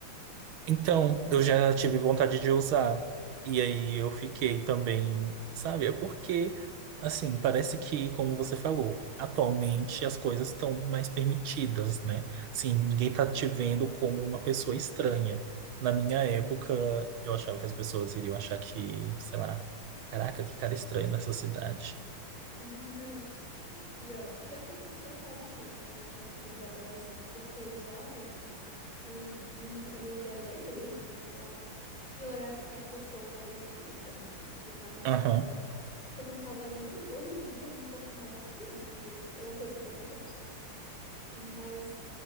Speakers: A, on the right (about 85°); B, on the left (about 20°).
A: Então, eu já tive vontade de usar. E aí eu fiquei também, sabe? É porque, assim, parece que, como você falou, atualmente as coisas estão mais permitidas, né? Assim, ninguém
B: Uhum.
A: tá te vendo como uma pessoa estranha. Na minha
B: Uhum.
A: época, eu achava que as pessoas iriam achar que, sei lá, caraca, que cara estranho nessa cidade.
B: <laughs> Pior, pior que as pessoas achavam mesmo na nossa época de adolescência, porque eu usava e, e, no- e eu ainda era da igreja, pra piorar assim a questão da vestimenta, né? Que eles julgavam
A: Aham.
B: bastante. Só que eu não tava nem aí. Hoje em dia eu me importo mais do que antes, e eu, é uma coisa que eu não gosto. Mas